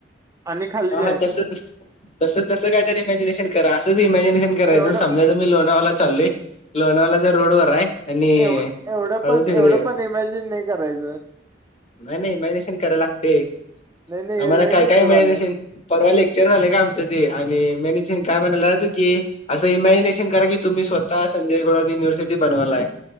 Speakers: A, on the right (about 15°); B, on the left (about 35°).
A: आणि खाली
B: ह
A: जाईन.
B: हा तस तस तस कायतर इमॅजिनेशन कर असंच इमॅजिनेशन. करायचं
A: एवढं
B: समजा मी लोणावळ्याला चाललोय लोणावळ्याच्या रोडवर आहे आणि
A: एवढ एवढं
B: हळूच
A: पण
B: इकडे
A: एवढं
B: ये
A: पण इमॅजिन नाही करायचं.
B: नाही नाही इमॅजिनेशन करायला लागतय
A: नाही नाही
B: आम्हाला
A: हे लय
B: काय
A: मोठं
B: काय इमॅजिनेशन
A: झालंय.
B: परवा लेक्चर झालं आमचं ते आणि मॅनेजर काय म्हणाला की, असं इमॅजिनेशन करा की तुम्ही स्वत संजय घोडावतयुनिवर्सटी बनवायलाय.